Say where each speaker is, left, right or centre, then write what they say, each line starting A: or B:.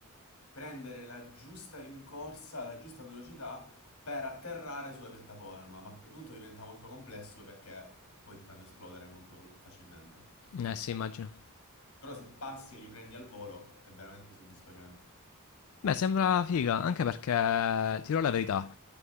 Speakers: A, on the left; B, on the left.
A: prendere la giusta rincorsa, la giusta velocità per atterrare sulla piattaforma, ma a quel punto diventa molto complesso perché poi ti fanno esplodere molto facilmente.
B: Eh sì, immagino.
A: Però se passi e li prendi al volo è veramente soddisfacente.
B: Beh, sembra figa, anche perché ti dirò la verità.